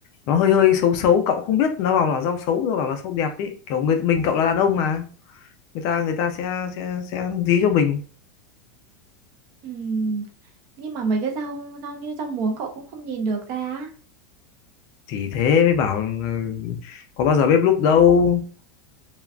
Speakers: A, on the left (about 35°); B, on the right (about 35°).
A: nó hơi hơi xấu xấu cậu không biết nó bảo là rau xấu rau bảo là rau đẹp ấy kiểu người mình cậu là đàn ông mà người ta người ta sẽ sẽ sẽ dí cho mình
B: Ừ. nhưng mà mấy cái rau rau như rau muống cậu cũng không nhìn được ra á.
A: thì thế mới bảo là có bao giờ bếp núc đâu